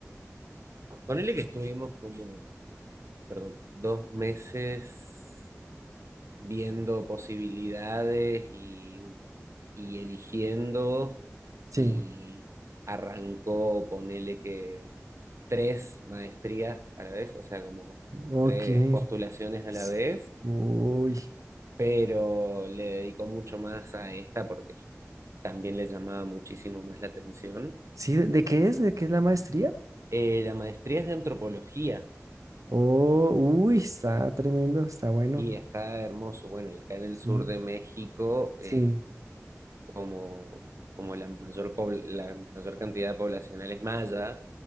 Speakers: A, on the right; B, on the right.
A: ponele que estuvimos como, perdón, dos meses viendo posibilidades y, y eligiendo
B: Sí,
A: y arrancó, ponele que tres maestrías a la vez, o sea, como
B: ok.
A: tres postulaciones a
B: S-
A: la vez,
B: Uy,
A: pero le dedicó mucho más a esta porque también le llamaba muchísimo más la atención.
B: sí, ¿de de qué es? ¿De qué es la maestría?
A: Eh, la maestría es de antropología
B: Oh, uy, está tremendo, está bueno.
A: y está hermoso. Bueno, y acá en el
B: Sí,
A: sur de México,
B: sí,
A: eh, como, como la mayor, pobl- la mayor cantidad de poblacional es maya,